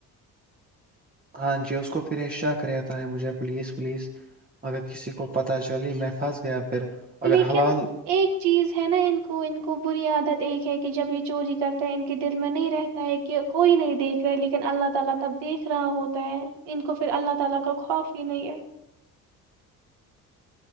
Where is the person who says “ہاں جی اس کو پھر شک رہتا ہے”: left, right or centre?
Right